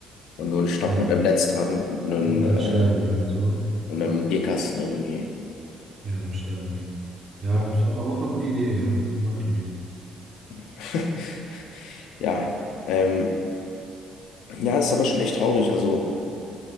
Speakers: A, on the left; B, on the right.
A: und nur einen Stock
B: Ja,
A: mit einem Netz dran und einen,
B: und
A: äh,
B: dann sterben die halt so.
A: und einem Bierkasten irgendwie.
B: Ja, dann sterben die. Ja,
A: Ja.
B: ist aber auch eine gute Idee, ja. Ich mag die Idee.
A: <laughs> Ja, ähm, ja, ist aber schon echt traurig. Also.